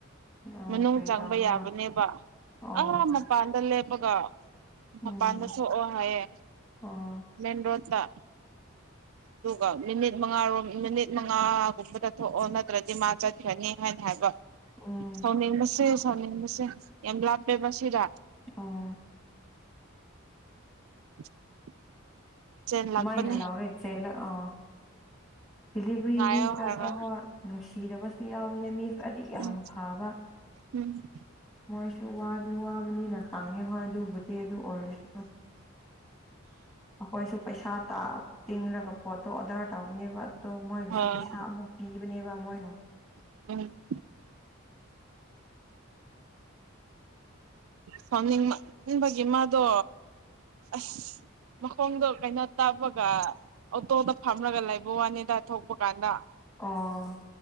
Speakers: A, on the left; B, on the right.
A: ꯑꯣ
B: ꯃꯅꯨꯡ
A: ꯀꯔꯤ
B: ꯆꯪꯕ
A: ꯇꯧꯕ꯭ꯔꯥ
B: ꯌꯥꯕꯅꯦꯕ
A: ꯑꯣ
B: ꯑꯥ ꯃꯄꯥꯟꯗ ꯂꯦꯞꯄꯒ
A: ꯎꯝ
B: ꯃꯄꯥꯟꯗ ꯊꯣꯛꯑꯣ ꯍꯥꯏꯌꯦ
A: ꯑꯣ
B: ꯃꯦꯟ ꯔꯣꯗ ꯔꯣꯠꯇ ꯑꯗꯨꯒ ꯃꯤꯅꯤꯠ ꯃꯉꯥꯔꯣꯝ ꯃꯤꯅꯤꯠ ꯃꯉꯥꯒꯨꯝꯕꯗ ꯊꯣꯛꯑꯣ ꯅꯠꯇ꯭ꯔꯗꯤ ꯃꯥ ꯆꯠꯈ꯭ꯔꯅꯤ ꯍꯥꯏꯅ ꯍꯥꯏꯕ
A: ꯎꯝ
B: ꯁꯥꯎꯅꯤꯡꯕꯁꯦ ꯁꯥꯎꯅꯤꯡꯕꯁꯦ ꯌꯥꯝ ꯂꯥꯞꯄꯦꯕ ꯁꯤꯗ
A: ꯑꫭ
B: <inaudible>
A: ꯀꯃꯥꯏꯅ
B: ꯂꯥꯛꯄꯅꯦ
A: ꯂꯥꯎꯔꯦ ꯆꯦꯜꯂꯛꯑꯣ ꯗꯤꯂꯤꯚꯔꯤ
B: ꯉꯥꯏꯌꯣ
A: ꯃꯤ ꯈꯔꯁꯨ
B: ꯍꯥꯏꯕ
A: ꯍꯣꯏ ꯅꯨꯡꯁꯤꯗꯕꯁꯨ ꯌꯥꯎꯕꯅꯦ ꯃꯤ ꯈꯔꯗꯤ ꯌꯥꯝ
B: ꯎꯝ
A: ꯐꯕ
B: ꯎꯝ
A: ꯃꯣꯏꯁꯨ ꯋꯥꯗꯤ ꯋꯥꯕꯅꯤꯅ ꯈꯪꯉꯦ ꯍꯣꯏ ꯑꯗꯨꯕꯨꯗꯤ ꯑꯗꯨ ꯑꯣꯏꯁꯅꯨ ꯑꯈꯣꯏꯁꯨ ꯄꯩꯁꯥ ꯇꯥ ꯇꯤꯡꯔꯒ ꯄꯣꯠꯇꯣ ꯑꯣꯗꯔ ꯇꯧꯕꯅꯦꯕ ꯑꯗꯣ ꯃꯣꯏꯒꯤꯁꯨ
B: ꯍꯣꯏ
A: ꯄꯩꯁꯥ ꯑꯃꯨꯛ ꯄꯤꯕꯅꯦꯕ ꯃꯣꯏꯅ
B: <unintelligible> ꯐꯝꯅꯤꯡꯃꯟꯕꯒꯤ ꯃꯥꯗꯣ ꯑꯁ ꯃꯈꯣꯡꯗꯣ ꯀꯩꯅꯣ ꯇꯥꯕꯒ ꯑꯣꯇꯣꯗ ꯐꯝꯔꯒ ꯂꯩꯕꯨꯋꯥꯅꯤꯗ ꯊꯣꯛꯄ ꯀꯥꯟꯗ
A: ꯑꯣ